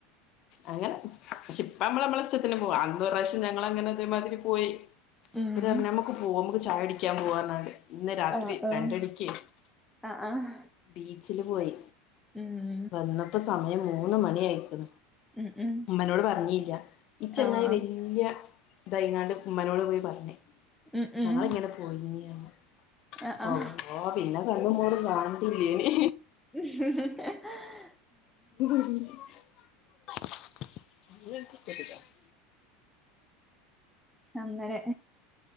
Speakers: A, on the left (about 50°); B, in the centre.
A: അങ്ങനെ പക്ഷെ ഇപ്പ അമ്മള് അമ്മള്ള് ഇഷ്ടത്തിന് പോകാം അന്ന് ഒരു പ്രാവശ്യം ഞങ്ങള്ള് അങ്ങനെ ഇതേമാതിരി പോയി എന്നിട്ട്
B: ഉം
A: പറഞ്ഞ്നമ്മക്ക് പോവാംനമ്മുക്ക് ചായ കുടിക്കാൻ പോവാന്നാ ണ്ട് ഇന്ന് രാത്രി
B: ആഹ് ആഹ്
A: രണ്ടടിക്ക്
B: ആഹ് ആഹ്
A: ബീച്ചില് പോയി
B: ഉം
A: വന്നപ്പ സമയം മൂന്ന് മണി ആയ്ക്ണ്
B: ഉം ഉം
A: ഉമ്മനോട് പറഞ്ഞില്ല ഈ ചെങ്ങായി
B: ആഹ്
A: വല്യ ഇതൈങ്ങാണ്ട് ഉമ്മനോട് പോയി പറഞ്ഞ്
B: ഉം ഉം
A: ഞങ്ങളിങ്ങനെ പോയിരുന്നു
B: ആഹ് ആഹ്
A: അള്ളാ പിന്നെ കണ്ണും മോറും കാണണ്ടില്ലേനി
B: ഉ <inaudible>
A: <inaudible>
B: അങ്ങനെ